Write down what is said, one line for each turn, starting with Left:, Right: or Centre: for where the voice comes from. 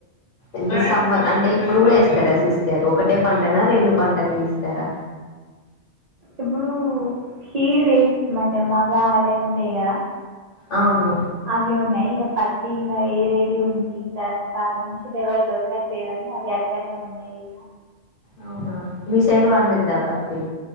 Left: ఏంటి సమ్మర్ అంటే ఇప్పుడు కూడా వేస్తారా సిస్ ఇస్తారు ఒకటే పంటన రెండు పంటలు ఇస్తారా
Right: ఇప్పుడు షీడు వేస్తమండి మగా ఆడయి ఉంట యి కదా
Left: అవును
Right: అవి ఉన్నాయి ఇంక పత్తి ఇంకా ఏవేవి ఇది ఉంది ఇంకా మనుషులు ఎవరు దొరకట్లేదుని అవి అట్లానే ఉన్నాయి ఇక
Left: అవునా మీసైడ్ పండిద్దా పత్తి